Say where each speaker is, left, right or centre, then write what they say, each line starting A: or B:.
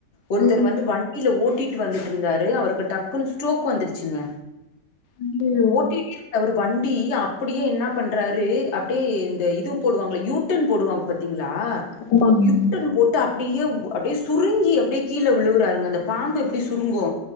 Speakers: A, on the left; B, on the left.
A: ஒருத்தர்
B: ம்
A: வந்து வண்டியில ஓட்டிட்டு வந்துட்டுருந்தாரு அவருக்கு டக்குன்னு ஸ்ட்ரோக் வந்துருச்சுங்க
B: ஐயையோ
A: ஓட்டிடே அவர் வண் டி அப்டியே என்ன பண்றாரு அப்டே இந்த இது போடுவாங்கள யூட்டன் போடுவாங்க பாத்தீங்களா
B: ஆமாங்க
A: யூட்டன் போட் டு அப்டியே அப்டே சுருங்கி அப்டே கீழ விழுவுறாருங்க அந்த பாம்பு எப்டி சுருங்கூ